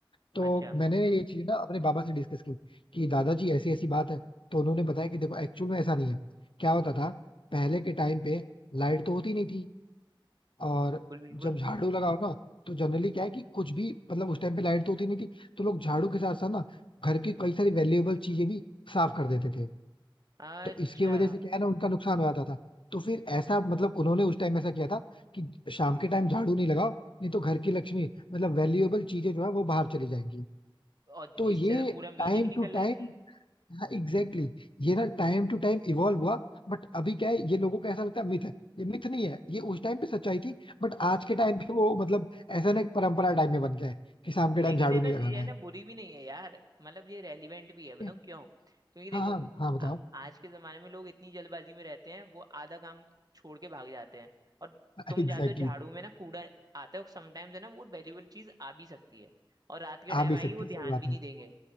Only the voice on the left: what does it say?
तो
मैंने ये चीज ना अपने बाबा से डिस्कस की कि दादाजी ऐसी ऐसी बात है तो उन्होंने बताया कि देखो एक्चुअल में ऐसा नहीं है क्या होता था पहले के टाइम पे लाइट तो होती नहीं थी और
जब झाड़ू लगाओ ना तो जनरली क्या है कि कुछ भी मतलब उस टाइम पे लाइट तो होती नहीं थी तो लोग झाड़ू के साथ साथ ना घर की कई सारी वैल्यूएबल चीजें भी साफ कर देते थे
तो इसके वजह से क्या है ना उनका नुकसान हो जाता था तो फिर ऐसा मतलब उन्होंने उस टाइम ऐसा किया था कि शाम के टाइम झाड़ू नहीं लगाओ नहीं तो घर की लक्ष्मी मतलब वैल्यूएबल चीजें जो है वो बाहर चली जाएंगी
तो ये
टाइम
टू
टाइम
हाँ एग्जैक्टली exactly, ये ना टाइम टू टाइम इवॉल्व हुआ बट अभी क्या है ये लोगों को ऐसा लगता है मिथ है ये मिथ नहीं है ये उस टाइम पे सच्चाई थी बट आज के टाइम पे वो मतलब ऐसा ना एक परंपरा टाइम में बन गया है कि शाम के टाइम
झाड़ू
नहीं लगाना
है
ये-
हाँ हाँ हाँ बताओ
<laughs>
एग्जैक्टली exactly,
आ भी
सकती
है, सही बात
है